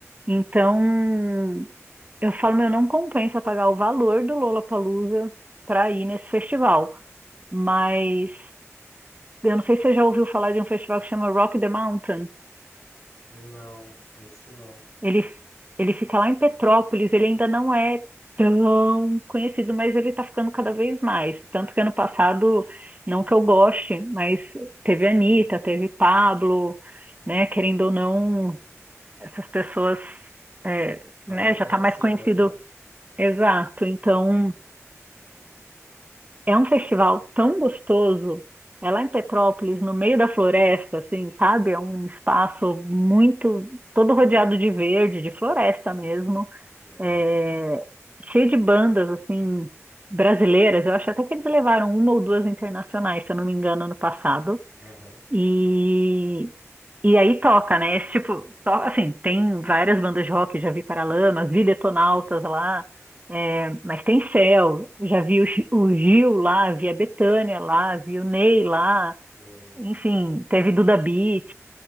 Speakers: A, on the right; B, on the left.
A: Então, eu falo, meu, não compensa pagar o valor do Lollapalooza para ir nesse festival. Mas eu não sei se você já ouviu falar de um festival que chama Rock the Mountain.
B: Não, esse não.
A: Ele, ele fica lá em Petrópolis, ele ainda não é tão conhecido, mas ele está ficando cada vez mais. Tanto que ano passado, não que eu goste, mas teve Anitta,
B: <laughs>
A: teve Pablo, né? Querendo ou não, essas pessoas, é,
B: São
A: né,
B: bem
A: já
B: conhecidas,
A: está mais conhecido.
B: né?
A: Exato. Então, É um festival tão gostoso. É lá em Petrópolis, no meio da floresta, assim, sabe? É um espaço muito, todo rodeado de verde, de floresta mesmo.
B: Legal.
A: É, cheio de bandas, assim, brasileiras. Eu acho até que eles levaram uma ou duas internacionais, se eu não me engano, ano passado.
B: Aham.
A: E, e aí toca, né? Esse tipo, to- assim, tem várias bandas de rock, já vi Paralamas, vi Detonautas lá, é, mas tem Céu, já vi o, Gi- o Gil lá, vi a Bethânia lá, vi o Ney lá,
B: Hum,
A: enfim, teve Duda Beat,